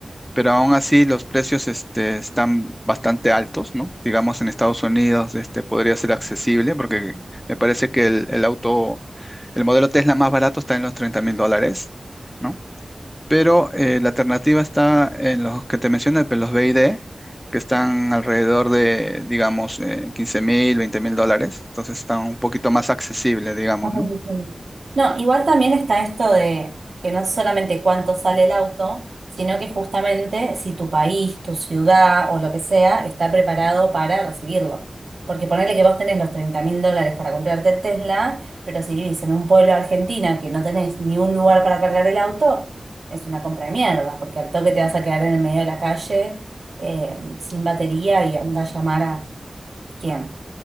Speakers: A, in the centre; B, on the right.
A: pero aún así los precios, este, están bastante altos, ¿no? Digamos en Estados Unidos, este, podría ser accesible, porque me parece que el, el auto, el modelo Tesla más barato está en los treinta mil dólares. ¿no? pero eh, la alternativa está en los que te mencioné, pues, los B I D, que están alrededor de, digamos, eh, 15 mil, 20 mil dólares, entonces están un poquito más accesibles, digamos,
B: No, pues,
A: ¿no?
B: sí, sí. No, igual también está esto de que no solamente cuánto sale el auto, sino que justamente si tu país, tu ciudad o lo que sea está preparado para recibirlo. Porque ponerle que vos tenés los treinta mil dólares para comprarte el Tesla, pero si vivís en un pueblo de Argentina que no tenés ni un lugar para cargar el auto, es una compra de mierda, porque al toque te vas a quedar en el medio de la calle eh, sin batería y anda a llamar a quién.